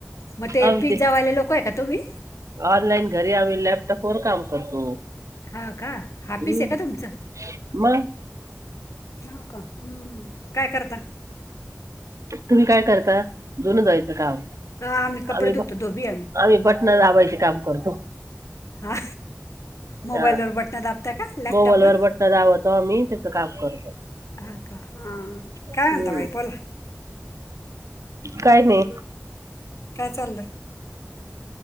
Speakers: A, on the left (about 70°); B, on the right (about 80°).
A: मग
B: आम्ही
A: पिझ्झावाले
B: ते
A: लोक आहे का तुम्ही
B: ऑनलाईन घरी आम्ही लॅपटॉपवरर काम करतो
A: हा का हापीस
B: हम्म
A: आहे का तुमचं
B: मग
A: न का हम्म काय करता
B: तुम्ही काय करता धुण जायचं काम
A: हा कपडे
B: आम्ही
A: धुतो
B: ब
A: धोबी
B: आम्ही बटण दाबायचे काम करतो
A: हा मोबाईल
B: हा
A: वर बटना दाबता का लॅपटॉप
B: मोबाईल
A: वर
B: बटन दाबतो आम्ही त्याच काम करतो.
A: हा का हा काय
B: हम्म
A: म्हंत बाई बला
B: काय नाही
A: काय चाललंं